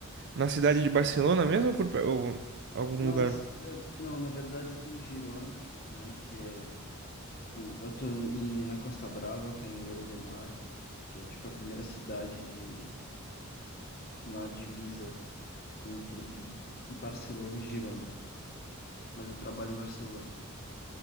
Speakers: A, on the right; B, on the left.
A: na cidade de Barcelona mesmo ou, por, pe- ou algum
B: Não,
A: lugar?
B: assim, eu- não, na verdade eu tô em Girona, né, que é... um- Eu tô em, na Costa Brava, que é em Lloret de Mar, que é tipo a primeira cidade de, na divisa entre B- Barcelona e Girona. Mas eu trabalho em Barcelona.